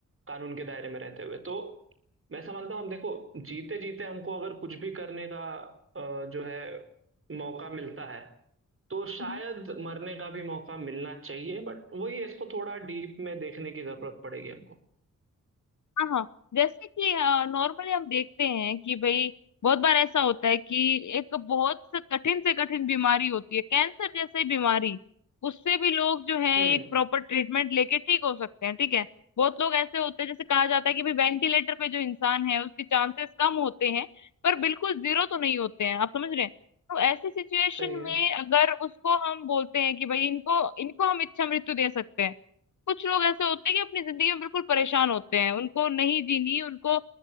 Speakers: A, on the right (about 40°); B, on the left (about 65°).
A: कानून के दायरे में रहते हुए तो मैं समझता हूँ हम देखो जीते जीते हमको अगर कुछ भी करने का अ, जो है मौका मिलता है तो शायद
B: हम्म
A: मरने का भी मौका मिलना चाहिए बट वही है, इसको थोड़ा डीप में देखने की जरूरत पड़ेगी हमको
B: हाँ हाँ जैसे कि नॉर्मली हम देखते हैं कि भाई बहुत बार ऐसा होता है कि एक बहुत से कठिन से कठिन बीमारी होती है कैंसर जैसी बीमारी उससे भी लोग जो है
A: हम्म
B: एक प्रॉपर ट्रीटमेंट लेके ठीक हो सकते हैं ठीक है बहुत लोग ऐसे होते हैं जैसे कहा जाता है कि भाई वेंटिलेटर पे जो इंसान है उसके चांसेस कम होते हैं पर बिल्कुल जीरो तो नहीं होते हैं आप समझ रहे हैं तो ऐसी सिचुएशन
A: सही है
B: में अगर उसको हम बोलते हैं कि भाई इनको इनको हम इच्छा मृत्यु दे सकते हैं कुछ लोग ऐसे होते हैं कि अपनी जिंदगी में बिल्कुल परेशान होते हैं उनको नहीं जीनी उनको